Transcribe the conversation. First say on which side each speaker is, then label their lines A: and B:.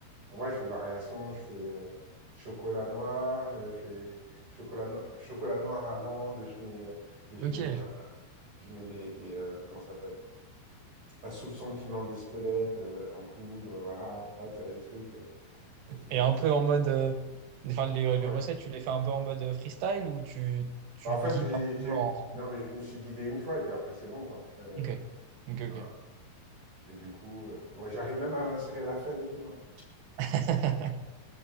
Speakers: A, on the right (about 45°); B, on the right (about 75°).
A: Ouais, je fais variation, je fais euh, chocolat noir, euh, je fais chocolat, no- chocolat noir, amande, je mets, euh, et je
B: Ok.
A: mets, euh, je mets des, et, euh, comment ça s'appelle? Un soupçon de piment d'Espelette euh, en poudre, euh, voilà, <laughs> tu as des trucs, euh, des trucs
B: Et
A: un
B: un
A: peu.
B: peu en mode, euh, enfin, les,
A: Ouais.
B: les recettes, tu les fais un peu en mode euh, freestyle ou tu, tu
A: En fait,
B: te guides
A: j'ai,
B: un peu
A: j'ai-
B: en.
A: non, mais je me suis guidé une fois, et puis après, c'est bon, quoi. Après, euh,
B: Ok, ok, ok.
A: voilà. Et du coup, euh, ouais, j'arrive même à insérer la fève et tout, hein.
B: <laughs>